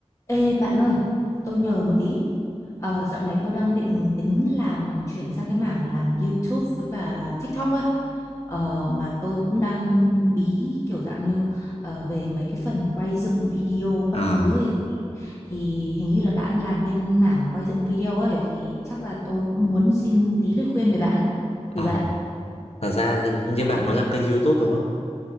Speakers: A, on the left; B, on the left.
A: Ê bạn ơi, tôi nhờ một tí. Ờ, dạo này tôi đang định tính làm chuyển sang cái mảng làm YouTube với cả TikTok ấy. Ờ, mà tôi cũng đang bí kiểu dạng như ờ, về mấy cái phần quay dựng video các
B: à,
A: thứ ấy thì, thì hình như là bạn làm bên mảng quay dựng video ấy thì chắc là tôi cũng muốn xin tí lời khuyên về bạn
B: Ờ,
A: từ bạn.
B: thật ra như bạn muốn làm kênh YouTube đúng không?